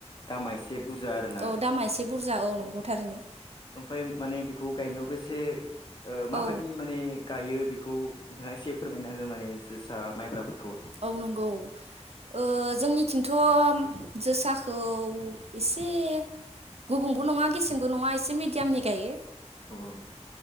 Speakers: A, on the left; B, on the right.
A: दामा एसे बुरजा आरोना
B: औ दामा एसे बुरजा
A: औ
B: नंगौ
A: ओम।
B: थारैनो
A: ओमफाय माने बेखौ गायनायावबो एसे ओ माबायदि
B: औ
A: माने गायो बेखौ नोंथाङा एसे फोरमायना हो माने जोसा माइब्राफोर
B: औ नंगौ ओ जोंनि खिन्थ जोसाखौ एसे गुबुंबो नङा गेसेंबो नङा एसे मिडियामनि गायो
A: औ औ